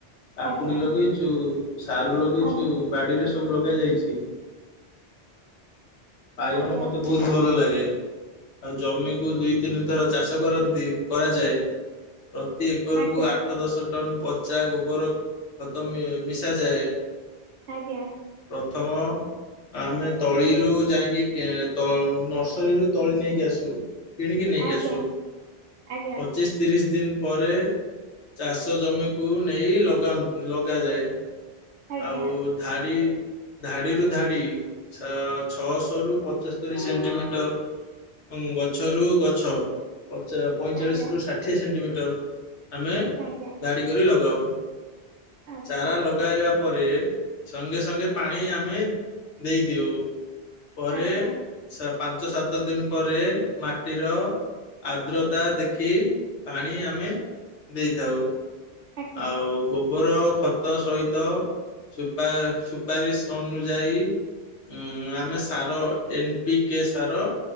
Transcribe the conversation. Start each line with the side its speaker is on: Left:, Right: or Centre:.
Left: କାକୁଡି
Right: ଆଜ୍ଞା
Left: ଲଗେଇଚୁ। ସାରୁ ଲଗେଇଛୁ
Right: ଆଜ୍ଞା
Left: ବାଡିରେ ସବୁ ଲଗାଯାଇଛି। ବାଇଗଣ
Right: ଆଜ୍ଞା
Left: ମତେ ବହୁତ୍ ଭଲଲାଗେ। ଆଉ ଜମିକୁ ଦୁଇ ତିନି ଥର ଚାଷ କରନ୍ତି କରାଯାଏ। ପ୍ରତି ଏକରକୁୁ
Right: ଆଜ୍ଞା
Left: ଆଠ ଆଠ ଦଶ ଟନ ପଚା ଗୋବର ଖତ ମି-ମିଶାଯାଏ।
Right: ଆଜ୍ଞା।
Left: ପ୍ରଥମ ଆମେ ତଳିରୁ ଯାଇଁକି କେ-ତ ନର୍ସରୀରୁୁ ତଳି ନେଇକି ଆସୁ। କିଣିକି ନେଇକି
Right: ଆଜ୍ଞା
Left: ଆସୁ।
Right: ଆଜ୍ଞା
Left: ପଚିଶ୍ ତିରିଶ୍ ଦିନ୍ ପରେ ଚାଷ ଜମିକୁ ନେଇ ଲଗାନ୍-ଲଗାଯାଏ।
Right: ଆଜ୍ଞା
Left: ଆଉ ଧାଡି ଧାଡିରୁ ଧାଡି ଛ ଛଅଶରୁ ପଚସ୍ତରୀ ସେଣ୍ଟିମିଟର ଅଁ ଗଛରୁ ଗଛ ପଚା-ପଇଁଚାଳିଶରୁ
Right: ଆଜ୍ଞା
Left: ଷାଠିଏ ସେଣ୍ଟିମିଟର ଆମେ
Right: ଆଜ୍ଞା।
Left: ଧାଡି କରି ଲଗାଉ।
Right: ଆଛା
Left: ଚାରା ଲଗାଇବା ପରେ ସଙ୍ଗେସଙ୍ଗେ ପାଣି ଆମେ ଦେଇଦିଉ। ପରେ
Right: ଆଜ୍ଞା
Left: ସା-ପାଞ୍ଚ ସାତ ଦିନ୍ ପରେ ମାଟିର ଆଦ୍ରତା ଦେଖି ପାଣି ଆମେ ଦେଇଥାଉ।
Right: ଆଜ୍ଞା
Left: ଆଉ ଗୋବର ଖତ ସହିତ ସୁପା-ସୁପାରିଶ୍ ଅନୁଯାୟୀ ଉଁ ଆମେ ସାର ଏନ୍ ପିି କେ ସାର